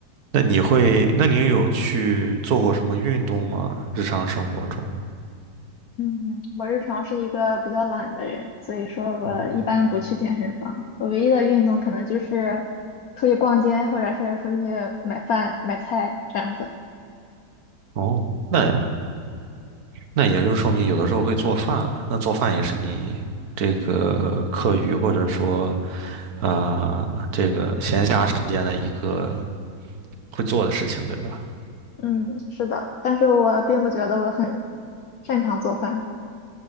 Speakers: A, on the right; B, on the left.
A: 那你会，那你有去做过什么运动吗？日常生活中？
B: 嗯，我日常是一个比较懒的人，所以说我一般不去健身房。
A: 嗯哼，
B: 我唯一的运动可能就是出去逛街，或者是出去买饭、买菜这样子。
A: 哦，那那也就是说明有的时候会做饭了。那做饭也是你这个课余或者说啊、这个闲暇时间的一个会做的事情，对吧？
B: 嗯，是的，但是我并不觉得我很擅长做饭。